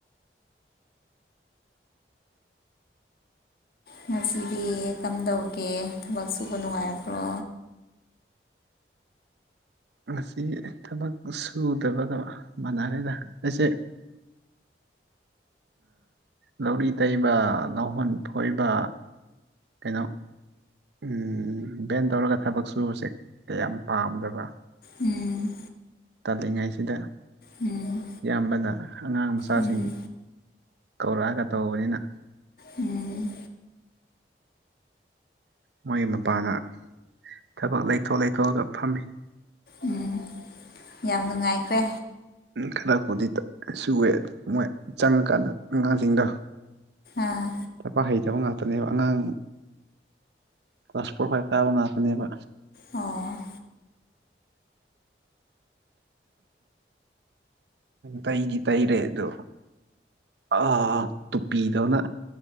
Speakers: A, on the left; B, on the right.
A: ꯉꯁꯤꯗꯤ ꯀꯝꯗꯧꯒꯦ ꯊꯕꯛ ꯁꯨꯕ ꯅꯨꯡꯉꯥꯏꯕ꯭ꯔꯣ
B: ꯉꯁꯤ ꯊꯕꯛ ꯁꯨꯗꯕꯒ ꯃꯅꯔꯦꯗ ꯑꯩꯁꯦ <unintelligible> ꯂꯧꯔꯤ ꯇꯩꯕ ꯂꯧꯍꯣꯟ ꯐꯣꯏꯕ ꯀꯩꯅꯣ ꯎꯝ ꯚꯦꯟ ꯇꯧꯔꯒ ꯊꯕꯛ ꯁꯨꯖꯤ ꯀꯌꯥꯝ ꯄꯥꯝꯗꯕ
A: ꯎꯝ
B: ꯇꯥꯜꯂꯤꯉꯩꯁꯤꯗ
A: ꯎꯝ
B: ꯏꯌꯥꯝꯕꯅ ꯑꯉꯥꯡ ꯃꯆꯥꯁꯤꯡ
A: ꯎꯝ
B: ꯀꯧꯔꯛꯑꯒ ꯇꯧꯕꯅꯤꯅ
A: ꯎꯝ
B: ꯃꯣꯏꯒꯤ ꯃꯄꯥꯅ ꯊꯕꯛ ꯂꯩꯊꯣꯛ ꯂꯩꯊꯣꯛꯑꯒ ꯐꯝꯃꯤ
A: ꯎꯝ ꯌꯥꯝ ꯅꯨꯡꯉꯥꯏꯈ꯭ꯔꯦ
B: ꯈꯔꯄꯨꯗꯤ ꯁꯨꯑꯦ ꯑꯗ ꯃꯣꯏ ꯆꯪꯉꯀꯥꯟꯗ ꯑꯉꯥꯡꯁꯤꯡꯗꯣ
A: ꯑꯥ
B: ꯇ ꯄ ꯍꯩ ꯆ ꯉꯥꯛꯇꯅꯦꯕ ꯑꯉꯥꯡ ꯀ꯭ꯂꯥꯁ ꯐꯣꯔ ꯐꯥꯏꯚ ꯀꯥꯕ ꯉꯥꯛꯇꯅꯦꯕ
A: ꯑꯣ
B: ꯇꯩꯗꯤ ꯇꯩꯔꯦ ꯑꯗꯨ ꯑ ꯇꯨꯄꯤꯗꯧꯅ